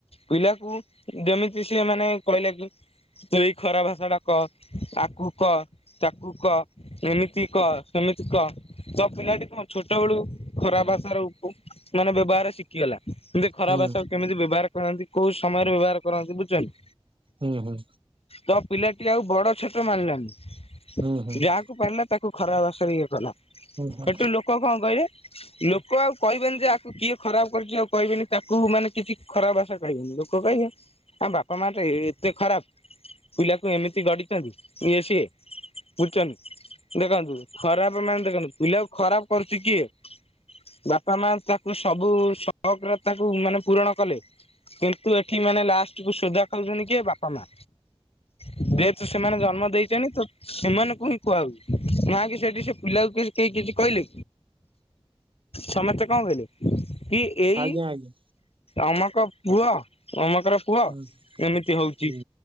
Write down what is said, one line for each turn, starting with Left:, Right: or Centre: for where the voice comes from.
Left: ପିଲାକୁ ଯେମିତି ସିଏ ମାନେ କହିଲା କି ତୁ ଏଇ ଖରା ଭାଷା ଟା କ ଆକୁ କ ତାକୁ କ ଏମିତି କ ସେମିତି କ ତ ପିଲାଟି କଣ ଛୋଟ ବେଳୁ ଖରା ଭାଷାରେ ମାନେ ବ୍ୟବହାର ଶି କି ହେଲା ସେମିତି ଖରା
Right: ହୁଁ
Left: ଭାଷାକୁ କେମିତି ବ୍ୟବହାର କରନ୍ତି କୋଉ ସମୟରେ ବ୍ୟବହାର କରନ୍ତି ବୁଝୁଛନ୍ତି।
Right: ହୁଁ ହୁଁ।
Left: ତ ପିଲାଟି ଆଉ ବଡ଼ ଛୋଟ ମାନିଲାନି। ଯାହାକୁ
Right: ହୁଁ ହୁଁ ହୁଁ
Left: ପାରିଲା ତାକୁ ଖରାପ୍ ଭାଷା ଇଏ କଲା।
Right: ହୁଁ ହୁଁ
Left: ସେଠୁ ଲୋକ କଣ କହିଲେ ଲୋକ ଆଉ କହିବେନି ଯେ ଆକୁ କିଏ ଖରାପ କହିକି ଆଉ କହିବିନି ତାକୁ ମାନେ କିଛି ଖରାପ ଭାଷା କହିବେନି ଲୋକ କହିବେ ତାଙ୍କ ବାପା ମା ଟା ଏତେ ଖରାପ୍। ପିଲାକୁ ଏମିତି ଗଡିଛନ୍ତି ଏ ସିଏ ବୁଝୁଛନ୍ତି। ଦେଖନ୍ତୁ ଖରାପ୍ ମାନେ ଦେଖନ୍ତୁ ପିଲା ଖରାପ କରୁଛି କିଏ? ବାପା ମା ତାକୁ ସବୁ ଶକ ତାକୁ ମାନେ ପୂରଣ କଲେ କିନ୍ତୁ ଏଠି ମାନେ ଲାଷ୍ଟ କୁ ସୁଧା ଖାଉଛନ୍ତି କି ବାପା ମା। ଯେହେତୁ ସେମାନେ ଜନ୍ମ ଦେଇଛନ୍ତି ତ ସେମାନଙ୍କୁ ହିଁ କୁହା ହଉଛି ନ କି ସେଠି ସେ ପିଲାକୁ କି କେହି କିଛି କହିଲେ ସମସ୍ତେ କଣ କହିଲେ କି ଏଇ
Right: ଆଜ୍ଞା ଆଜ୍ଞା
Left: ଅମକ ପୁଅ ଅମକର ପୁଅ
Right: ହୁଁ
Left: ଏମିତି ହୋଉଛି।
Right: ହୁଁ